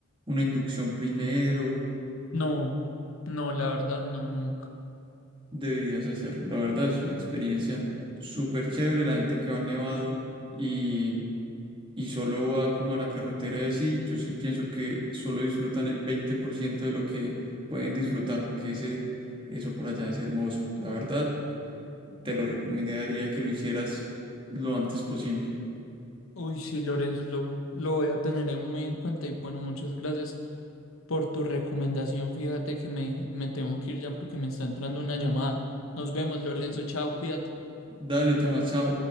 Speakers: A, on the right (about 25°); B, on the left (about 70°).
A: una inducción primero.
B: no, no, la verdad, no, nunca.
A: deberías hacerlo. La verdad es una experiencia súper chévere. La gente que va al Nevado y, y solo va como a la carretera y así, yo sí pienso que solo disfrutan el 20% de lo que pueden disfrutar, porque ese, eso por allá es hermoso. La verdad, te lo recomendaría que lo hicieras lo antes posible.
B: Uy, sí, Lorenzo, lo, lo voy a tener en- muy en cuenta y bueno, muchas gracias por tu recomendación. Fíjate que me, me tengo que ir ya porque me está entrando una llamada. Nos vemos, Lorenzo, chao, cuídate.
A: Dale, Tomás, chao.